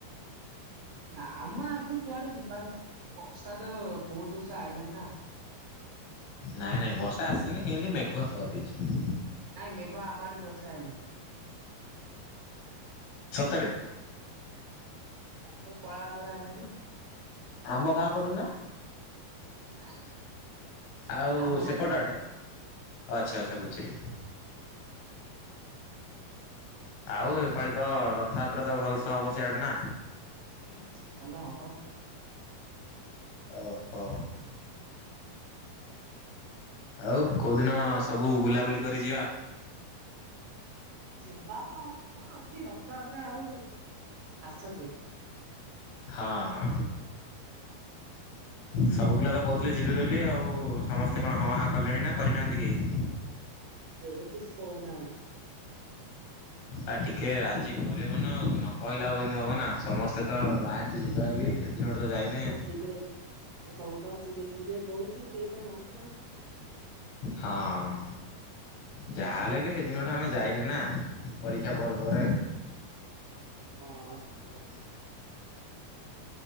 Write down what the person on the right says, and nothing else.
ନାମ ଆଜି କୁଆଡେ ଯିବାର ନା ବର୍ଷା ତ ବୋହୁତ ଜୋସେ ଆଇଲାନି ନା।
ନାଇଁ ମେଘ ଆମ ଆଡେ ଜୋରସେ ଆଇଲାଣି।
ହଁ ପା ବାଦଲ କଳା ବାଦଲ ଆଇଲାଣି।
ନାଇଁ ନାଇଁ
ଆମ
ପଟୁଆ
ହଁ
ହୁଁ ହୁଁ ଭଲ ହବ।
ଯିବା କଣ ଅଛି ରଥଯାତ୍ରା ହଉ। ଆଉ ମାସ ଟେ।
କେହି କିଛି କହୁନାହାନ୍ତି।
ଦିନେ ମୁଁ ସମସ୍ତଙ୍କୁ ଚିଲେଇ ଚିଲେଇ କହୁଚି କେହି ତ ମାନୁନାହାନ୍ତି ଆଉ।
ହଁ ହଁ ହ।